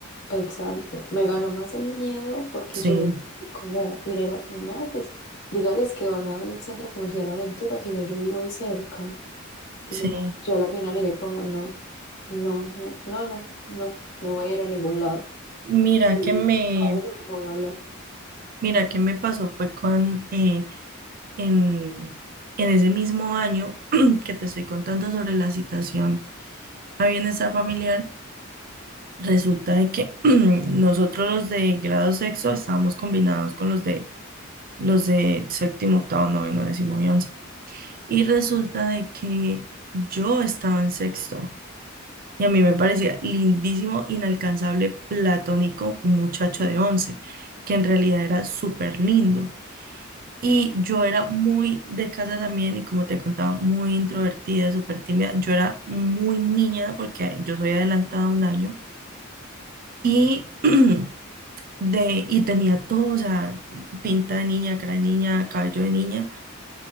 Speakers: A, on the left; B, on the right.
A: Exacto, me ganó más el miedo porque
B: Sí,
A: yo vi como, y él era como, no, pues dígales que vas a un centro comercial Aventura, que igual yo vivo ahí cerca. Y
B: sí.
A: yo, yo a la final le dije como, no, no, no, no, no, no, no voy a ir a ningún lado.
B: Mira
A: <laughs>
B: que me,
A: Con eso no voy a hablar.
B: mira que me pasó fue con, eh, en, en ese mismo año <clears throat> que te estoy contando sobre la citación a bienestar familiar. Resulta de que <clears throat> nosotros los de grado sexto estábamos combinados con los de los de séptimo, octavo, noveno, décimo y once. Y resulta de que yo estaba en sexto y a mí me parecía lindísimo, inalcanzable, platónico, un muchacho de once, que en realidad era súper lindo. Y yo era muy de casa también, y como te contaba, muy introvertida, súper tímida. Yo era muy niña porque yo soy adelantada un año. Y <clears throat> de, y tenía todo, o sea, pinta de niña, cara de niña, cabello de niña,